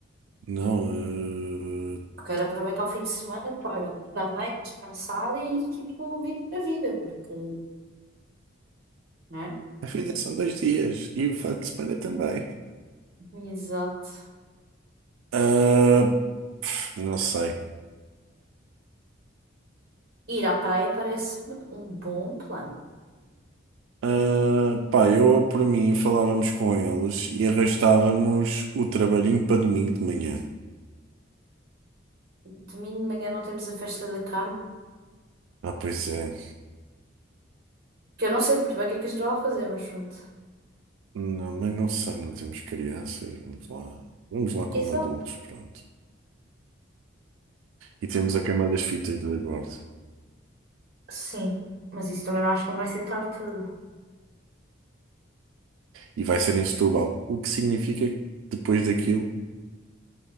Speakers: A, on the right; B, on the right.
A: Não. ah,
B: Eu Quero aproveitar o fim de semana para também descansar e, tipo, viver a vida, porque, né?
A: a vida são dois dias e o fim de semana também.
B: Exato.
A: Ah, pff, não sei.
B: Ir à praia parece-me um bom plano.
A: Ah, pá, eu por mim falávamos com eles e arrastávamos o trabalhinho para domingo de manhã.
B: Domingo de manhã não temos a festa da Carmo,
A: Ah, pois é.
B: que eu não sei muito bem o que é que a gente vai lá fazer, mas pronto.
A: Não, mas não sei, não temos crianças. Vamos lá. Vamos lá como
B: Exato.
A: adultos, pronto. E temos a cama das fitas do Eduardo.
B: Sim. Mas isso também não acho que não vai ser tarde tudo.
A: E vai ser em Setúbal, o que significa que depois daquilo